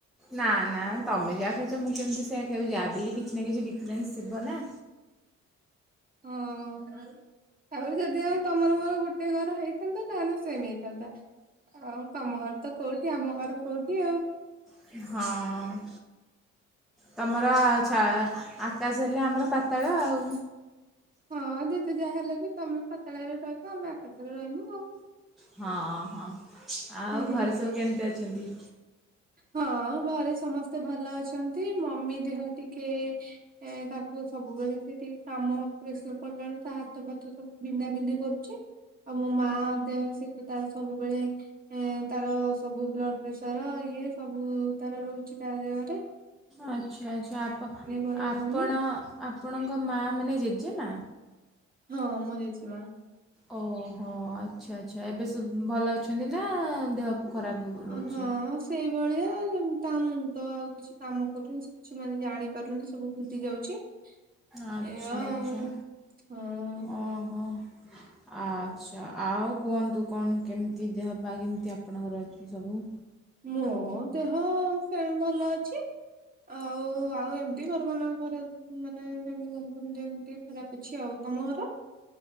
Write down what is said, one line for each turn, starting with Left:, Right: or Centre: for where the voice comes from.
Centre: ନା ନା ତମେ ଯାହା ଖାଇଛ ମୁଁ କେମିତି ସେଇୟଆ ଖାଇବି ଯାହାଲେ ବି କିଛି ନା କିଛି ଡିଫରେନ୍ସ ଥିବ ନା।
Right: ହଁ। ତାପରେ ଯଦି ଆଉ ତମର ମୋର ଗୋଟେ ଘର ହେଇଥାନ୍ତା, ତାହେଲେ ସେମ୍ ହେଇଥାନ୍ତା। ଆଉ ତମ ଘର ତ କୋଉଠି, ଆମ ଘର କୋଉଠି?
Centre: ହଁ। ତମର ଛା ଆକାଶ ହେଲେ, ଆମର ପାତାଳ ଆଉ।
Right: ହଁ ଯେତେ ଯାହା ହେଲେ ବି ତମେ ପାତାଳରେ ରହିବ, ଆମେ ଆକାଶରେ ରହିବୁ ଆଉ।
Centre: ହଁ ହଁ ଆଉ
Right: ହୁଁ।
Centre: ଘରେ ସବୁ କେମିତି ଅଛନ୍ତି?
Right: ହଁ ଘରେ ସମସ୍ତେ ଭଲ ଅଛନ୍ତି, ମମି ଦେହ ଟିକେ। ଏ ତାକୁ ସବୁବେଳେ ସେ ଟିକେ କାମ ପ୍ରେସର ପଡିଲା ବେଳକୁ ତା ହାତ ଫାତ ସବୁ ବିନ୍ଧା ବିନ୍ଧି କରୁଛି। ଆଉ ମୋ ମା ଦେହ ସେତ ତାର ସବୁବେଳେ। ଏଁ ତାର ସବୁ ବ୍ଲଡ ପ୍ରେସର। ଇଏ ସବୁ ତାର ରହୁଛି ତା ଦେ ହରେ।
Centre: ଆଚ୍ଛା ଆଚ୍ଛା ଆପ
Right: ଭଲ
Centre: ଆପଣ
Right: ରହୁନି
Centre: ଆପଣଙ୍କ ମାଆ ମାନେ ଜେଜେମା।
Right: ହଁ ମୋ ଜେଜେମା।
Centre: ଓ ହୋ ଆଚ୍ଛା ଆଚ୍ଛା, ଏବେ ସେ ଭଲ ଅଛନ୍ତି ନା ଦେହ ଖରାପ। ରହୁଛି?
Right: ଅଁ ହଁ ସେଇଭଳିଆ ଯେମିତି ତାଙ୍କ ମୁଣ୍ଡ ଆଉ କିଛି। କିଛି କାମ କରୁନି ସେ କିଛି ମାନେ ଜାଣି ପାରୁନି ସବୁ ଭୁଲି ଯାଉଛି।
Centre: ଆଛା
Right: ଏଇଆ
Centre: ଆଛା
Right: ଆଉ ହଁ।
Centre: ଓ ହୋ। ଆଚ୍ଛା ଆଉ କୁହନ୍ତୁ କଣ କେମିତି ଦେହ ପା କେମିତି ଆପଣଙ୍କର ଅଛି ସବୁ।
Right: ମୋ ଦେହ ସେମ ଭଲ ଅଛି। ଆଉ ଆଉ ଏମତି ଘର ମାନଙ୍କରେ ମାନେ ଯେମିତି <inaudible> ଏମିତି। ବ୍ୟାପିଛି ଆଉ ତମ ଘର।